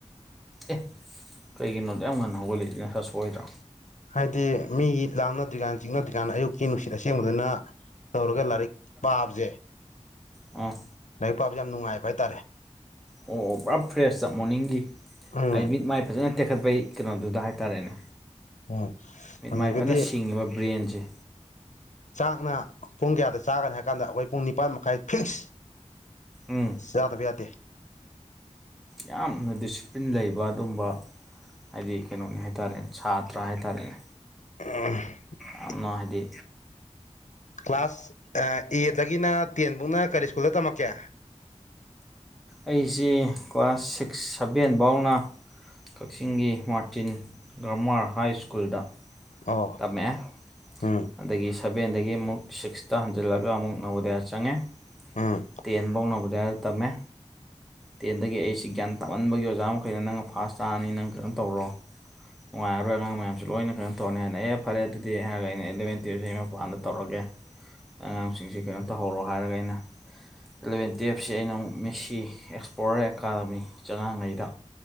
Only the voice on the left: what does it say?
ꯍꯥꯏꯗꯤ ꯃꯤ ꯂꯥꯞꯅꯗ꯭ꯔꯤꯀꯥꯟ ꯆꯤꯛꯅꯗ꯭ꯔꯤꯀꯥꯟ ꯑꯌꯨꯛꯀꯤ ꯅꯨꯡꯁꯤꯠ ꯑꯁꯦꯡꯕꯗꯨꯅ ꯇꯧꯔꯒ ꯂꯥꯏꯔꯤꯛ ꯄꯥꯕꯖꯦ
ꯂꯥꯏꯛ ꯄꯕꯖꯦ ꯌꯥꯝ ꯅꯨꯡꯉꯥꯏꯕ ꯍꯥꯏꯇꯥꯔꯦ
ꯎꯝ
ꯎꯝ
ꯑꯗꯨꯒꯗꯤ
ꯆꯥꯛꯅ ꯄꯨꯡ ꯀꯌꯥꯗ ꯆꯥꯒꯅꯤ ꯍꯥꯏꯕ ꯀꯥꯟꯗ ꯑꯩꯈꯣꯏ ꯄꯨꯡ ꯅꯤꯄꯥꯟ ꯃꯈꯥꯏ ꯐꯤꯛꯁ
ꯌꯥꯗꯕꯌꯥꯇ
ꯑ
ꯀ꯭ꯂꯥꯁ ꯑꯦꯗꯒꯤꯅ ꯇꯦꯟꯐꯧꯅ ꯀꯔꯤ ꯁ꯭ꯀꯨꯜꯗ ꯇꯝꯃꯛꯀꯦ
ꯑꯣ
ꯎꯝ
ꯎꯝ